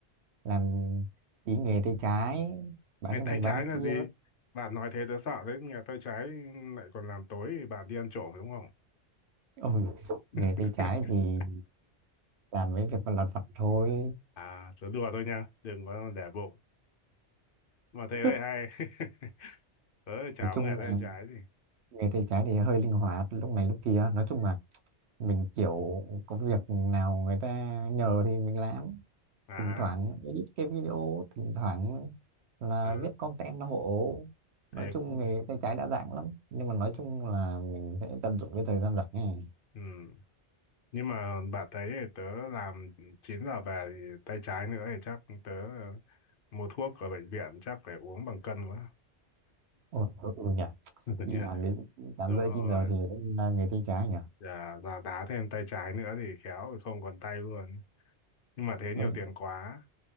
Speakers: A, on the right; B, on the left.
A: làm tí nghề tay trái bán
B: Ngày
A: cái
B: tay
A: này bán
B: trái
A: cái
B: là
A: kia
B: gì? Bạn nói thế tớ sợ đấy, nghề tay trái lại còn làm tối thì bạn đi ăn trộm đúng không?
A: Ôi,
B: <laughs>
A: nghề tay trái thì làm mấy việc lặt vặt thôi
B: À, tớ đùa thôi nha, đừng có để bụng. Mà thế lại
A: <laughs>
B: hay. <laughs> tớ cháu
A: nói chung
B: người tay
A: là
B: trái gì
A: người tay trái thì hơi linh hoạt lúc này lúc kia nói chung là mình kiểu có việc nào người ta nhờ thì mình làm
B: à
A: thỉnh thoảng edit cái video thỉnh thoảng là
B: ờ,
A: viết content hộ nói
B: thế
A: chung
B: cũng
A: nghề tay trái đa dạng lắm nhưng mà nói
B: cũng
A: chung là mình sẽ tận dụng cái thời gian rảnh này
B: ừ. nhưng mà bạn thấy thì tớ làm 9 giờ về thì tay trái nữa thì chắc tớ mua thuốc ở bệnh viện chắc phải uống bằng cân quá
A: Ồ, ừ, ừ nhỉ
B: <laughs>
A: đi
B: nhỉ
A: làm đến tám
B: đúng
A: rưỡi
B: rồi
A: chín giờ thì là nghề tay trái nhỉ
B: dạ dạ đá thêm tay trái nữa thì khéo không còn tay luôn nhưng mà thế
A: Rồi,
B: nhiều tiền quá